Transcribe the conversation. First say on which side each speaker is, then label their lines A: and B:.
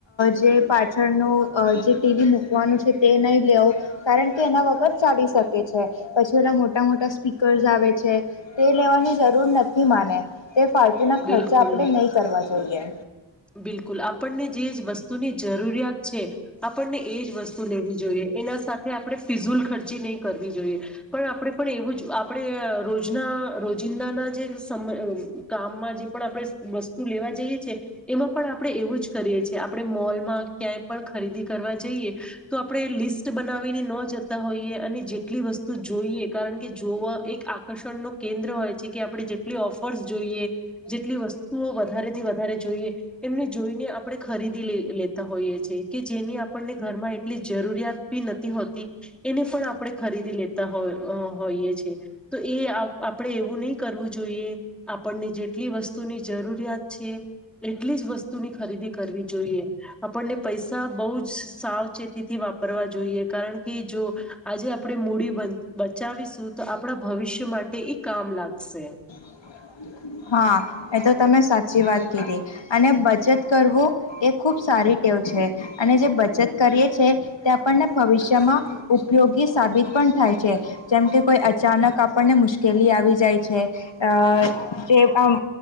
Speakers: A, on the left (about 80°); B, in the centre.
A: જે પાછળનું જે ટીવી મૂકવાનું છે તે નહીં લેઉં કારણ કે એના વગર ચાલી શકે છે પછી ઓના મોટા મોટા સ્પીકર્સ આવે છે તે લેવાની જરૂર નથી મને તેના ખર્ચા
B: બિલકુલ
A: આપણે નહીં કરવા જોઈએ
B: બિલકુલ આપણને જે જ વસ્તુની જરૂરિયાત છે આપણને એજ વસ્તુ લેવી જોએ એના સાથે આપણે ફિઝુલ ખર્ચી નહી કરવી જોઈએ પણ આપણે પણ એવું જ આપણે ર રોજ ના રોજિંદા જે સમ કામ મા જે પણ આપડે વસ્તુ લેવા જઈએ છીએ એમાં પણ આપણે એવું જ કરીએ છીએ આપણે મોલમાં કાય પણ ખરીદી કરવા જઈએ તો આપણે લિસ્ટ બનાવીને નો જતા હોઈએ અને જેટલી વસ્તુ જોઈએ કારણ કે જોવા એક આકર્ષણ નો કેન્દ્ર હોય છે કે આપણે જેટલી ઓફર્સ જોઈએ જેટલી વસ્તુઓ વધારે થી વધારે જોઈએ એમને જોઈને આપણે ખરીદી લેતા હોઈએ છએ કે જેની આપણને ઘરમાં એટલી જરૂરિયાતી નથી હોતી એને પણ આપણે ખરીદી લેતા હો હોઈએ છે તો એ આપણે એવું નહી કરવું જોઈએ આપણને જે જેટલી વસ્તુની જરૂરિયાત છે એટલી જ વસ્તુની ખરીદી કરવી જોઈએ આપને પ પૈસા બોહ જ સાવચેતીથી વાપરવા જોઈએ કારણ કે જો આજે આપડે મૂડી બ બચાવીશું તો આપણા ભવિષ્ય માટે ઈ કામ લાગશે
A: <inaudible> હા એ તો તમે સાચી વાત કીધી અને બચત કરવું એ ખૂબ સારી ટેવ છે અને જે બચત કરીએ છે તે આપણને ભવિષ્યમાં ઉપયોગી સાબિત પણ થાય છે છે જેમકે કોઈ અચાનક આપણને મુશ્કેલી આવી જાય છે અ જે આમ